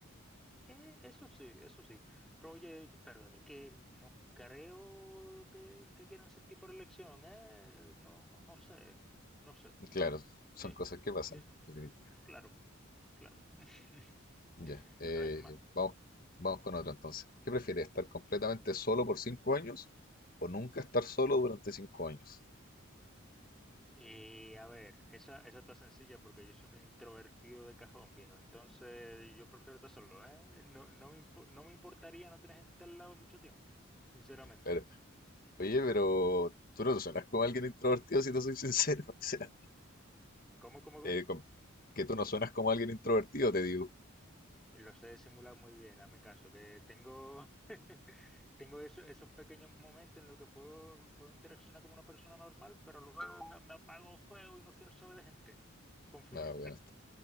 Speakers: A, in the centre; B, on the left.
A: Eh, eso sí, eso sí. Pero oye, yo- pero es que no creo que, que quieran sentir por elección, ¿eh? No, no, no sé, no sé.
B: Claro, son
A: Yo,
B: cosas que pasan,
A: yo
B: definitivamente.
A: Claro, claro. <laughs>
B: Ya, eh,
A: A ver, ¿qué más?
B: vamos, vamos con otra entonces. ¿Qué prefieres, estar completamente solo por cinco años o nunca estar solo durante cinco años?
A: Eh, a ver, esa, esa está sencilla porque yo soy un introvertido de cajón, viejo. Entonces, yo prefiero estar solo, ¿eh? No, no me impo- no me importaría no tener gente al lado mucho tiempo, sinceramente.
B: Claro. Oye, pero tú no suenas como alguien introvertido, si te soy sincero. <laughs> O sea,
A: ¿Cómo, cómo, cómo?
B: eh, com- que tú no suenas como alguien introvertido, te digo.
A: Eh, Lo sé simular muy bien, hazme caso, que tengo, <laughs> tengo eso- esos pequeños momentos en los que puedo, puedo interaccionar como una persona normal, pero luego me, me apago feo y no quiero saber de gente. Confía.
B: Ah, bueno, está,